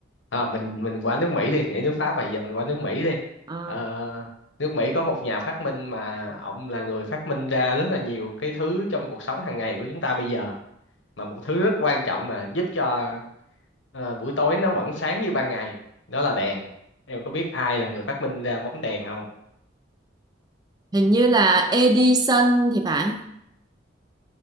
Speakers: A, on the left; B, on the right.
A: Ờ, mình mình qua nước Mỹ đi nãy nước Pháp mà giờ mình qua nước Mỹ đi
B: Ờ,
A: Ờ, nước Mỹ có một nhà phát minh mà ông là người phát minh ra rất là nhiều cái thứ trong cuộc sống hàng ngày của chúng ta bây giờ mà một thứ rất quan trọng mà giúp cho ờ, buổi tối nó vẫn sáng như ban ngày đó là đèn em có biết ai là người phát minh ra bóng đèn không
B: hình như là Edison thì phải